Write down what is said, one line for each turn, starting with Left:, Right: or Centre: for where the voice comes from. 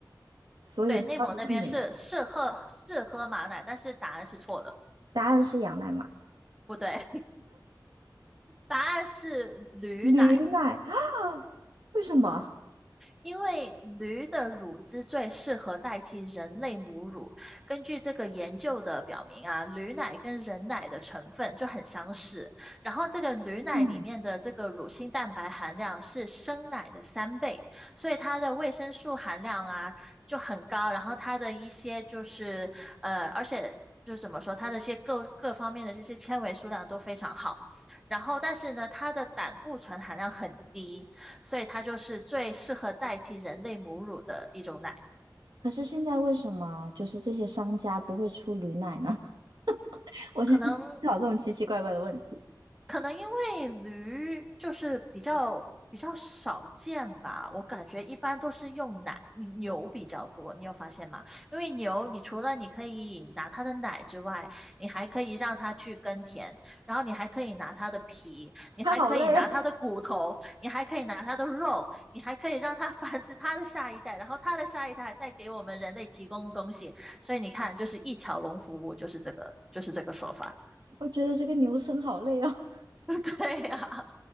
Right: 所以到底是哪？
Centre: 对，内蒙那边是是喝是喝马奶，但是答案是错的，
Right: 答案是羊奶吗？
Centre: 不对，<laughs> 答案是驴奶。
Right: 驴奶啊？<gasps> 为什么？
Centre: 因为驴的乳汁最适合代替人类母乳。根据这个研究的表明啊，驴奶跟人奶的成分就很相似，然后这个驴奶里面的这个乳清蛋白含量是生奶的三倍，
Right: 嗯，
Centre: 所以它的维生素含量啊就很高，然后它的一些就是呃，而且。就是怎么说，它的一些各各方面的这些纤维数量都非常好，然后但是呢，它的胆固醇含量很低，所以它就是最适合代替人类母乳的一种奶。
Right: 可是现在为什么就是这些商家不会出驴奶呢？<laughs> 我现在思考这种奇奇怪怪的问题，
Centre: 可能可能因为驴就是比较比较少见吧，我感觉一般都是用奶，牛比较多，你有发现吗？因为牛，你除了你可以拿它的奶之外，你还可以让它去耕田，然后你还可以拿它的皮，你还可以拿它的骨头，
Right: 他好累哦，
Centre: 你还可以拿它的肉，你还可以让它 <laughs> 繁殖它的下一代，然后它的下一代再给我们人类提供东西，所以你看，就是一条龙服务，就是这个，就是这个说法，
Right: <laughs> 我觉得这个牛生好累哦。
Centre: <laughs> 对呀、